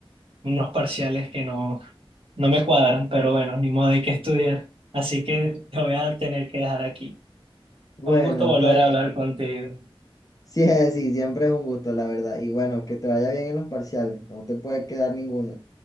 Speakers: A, on the right; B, on the left.
A: unos parciales que no. No me cuadran, pero bueno, ni modo hay que estudiar. Así que te voy a tener que dejar aquí.
B: Bueno,
A: Fue Un gusto volver
B: está
A: a hablar
B: bien.
A: contigo.
B: Sí, <laughs> sí, siempre es un gusto, la verdad. Y bueno, que te vaya bien en los parciales. No te puede quedar ninguno.